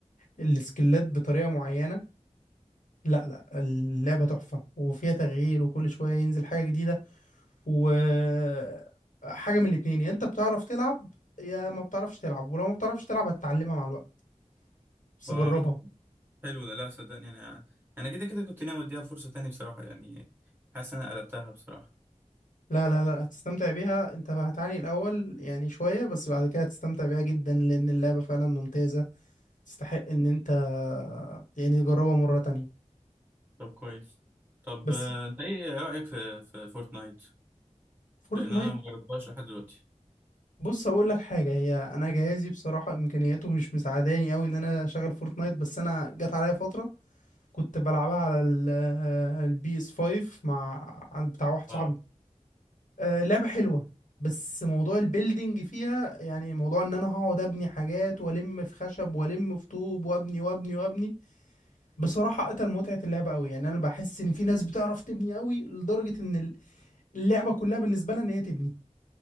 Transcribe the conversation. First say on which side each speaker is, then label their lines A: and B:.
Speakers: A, on the left; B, on the right.
A: السكيلات بطريقة معينة لا لا اللعبة تحفة وفيها تغيير وكل شوية ينزل حاجة جديدة وحاجة من الاتنين يا انت بتعرف تلعب يا ما بتعرفش تلعب ولو ما بتعرفش تلعب هتتعلمها مع الوقت بس
B: آه.
A: جربها
B: حلو ده لا صدقني انا انا كده كده كنت ناوي اديها فرصة تانية بصراحة يعني حاسس إن انا قلبتها بصراحة
A: لا لا لا هتستمتع بيها انت هتعاني الاول يعني شوية بس بعد كده هتستمتع بيها جدا لان اللعبة فعلا ممتازة تستحق ان انت يعني تجربها مرة تانية
B: طب كويس طب
A: بس
B: آه، انت ايه رأيك في في فورتنايت
A: فورتنايت
B: لان انا ما جربتهاش لحد دلوقتي
A: بص هقول لك حاجة هي انا جهازي بصراحة امكانياته مش مساعداني قوي ان انا اشغل فورتنايت بس انا جت عليا فترة كنت بلعبها على البي اس 5 مع عند بتاع واحد
B: اه
A: صاحبي آه، لعبة حلوة بس موضوع البيلدينج فيها يعني موضوع ان انا هقعد ابني حاجات والم في خشب والم في طوب وابني وابني وابني بصراحة قتل متعة اللعبة قوي يعني انا بحس ان في ناس بتعرف تبني قوي لدرجة ان اللعبة كلها بالنسبة لها ان هي تبني